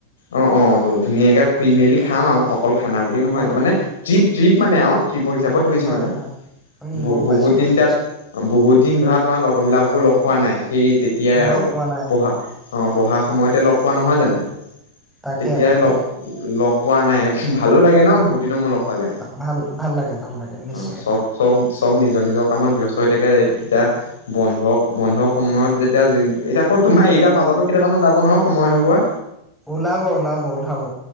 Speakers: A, on the left; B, in the centre.
A: অ অ ধুনীয়াকে ফুই মেলি খাম আৰু ফল খানা বুলি নহয়
B: অঁ
A: মানে
B: অঁ
A: জী ট্ৰিপ মানে আৰু শিপ হিচাপত ধৰিছো
B: হয়
A: মানে
B: হয় উম
A: বু
B: গম
A: বহুত
B: পাইছোঁ
A: দিন
B: গম
A: তাত
B: পাইছোঁ
A: বহুত দিন ধৰা তোমাৰ লগৰবিলাককো লগ পোৱা নাই সেই তেতিয়াই
B: লগ
A: আৰু
B: পোৱা নাই
A: পঢ়া
B: অঁ
A: অ পঢ়া
B: অঁ
A: সময়তে লগ পোৱা নহয় জানো
B: তাকে
A: তেতিয়াই
B: তাকে
A: লগত পোৱা নাই ভালো লাগে ন বহুত বহুত দিনৰ মূৰত লগ পালে
B: ভাল ভাল লাগে ভাল লাগে নিশ্চয়
A: অ চব চব চব নিজৰ নিজৰ কামত ব্য্স্ত হৈ থাকে সতয়া বন্ধ বন্ধ সময়ত যেতিয়া এতিয়া আকৌ তোমাৰ ইতাৰ মাজতো কেইটামান ওলাব নহয় সময় নোপোৱা
B: ওলাব ওলাব ওলাব